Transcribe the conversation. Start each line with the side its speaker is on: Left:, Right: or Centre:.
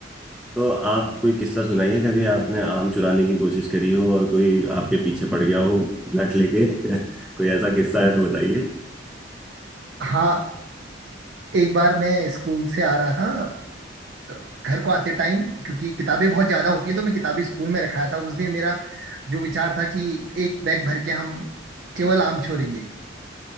Centre: तो आप कोई किस्सा सुनाइए कभी आपने आम चुराने की कोशिश करी हो और कोई आपके पीछे पड़ गया हो लट लेके <laughs> कोई ऐसा किस्सा है तो बताइए
Right: हाँ एक बार मैं स्कूल से आ रहा था तो घर को आते टाइम क्योंकि किताबें बहुत ज्यादा होती हैं तो मैं किताबें स्कूल में रखाया था उस दिन मेरा जो विचार था कि एक बैग भर के हम केवल आम छोड़ेंगे